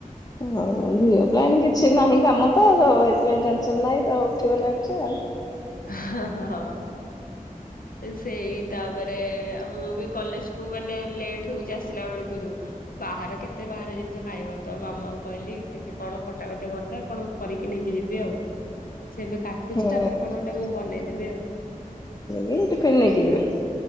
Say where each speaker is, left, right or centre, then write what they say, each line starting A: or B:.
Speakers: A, on the left; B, on the left.
A: ହଉ ଝିଓ ପାଇଁ କିଛି ନାହିଁ କାମ ତ ସେଥିପାଇଁ ଟେନସନ ନାହିଁ ତ ଉଠିବ ଲେଟରେ ଆଉ।
B: ହେ ହେ ହଁ। ସେଇ ତାପରେ ଆଉ ମୁଁ ବି କଲେଜ କୁ ମାନେ ଲେଟ୍ ହଉଛି ଆସିଲା ବେଳକୁ ଯୋଉ। ବାହାର କେତେ ବାହାର ଜିନିଷ ଖାଇବ ତ ମାମାଙ୍କୁ କହିଲି ଟିକେ କଣ କଟାକଟି କରିଦେ କଣ କରିକି ନେଇକି ଯିବି ଆଉ। ସେବେ କାଟୁଛି
A: ହଁ
B: ତାପରେ କଣ ଗୋଟେ ମୁଁ ବନେଇଦେବି ଆଉ।
A: ମେ ଟିଫିନ୍ ନେଇକି ଯିବି।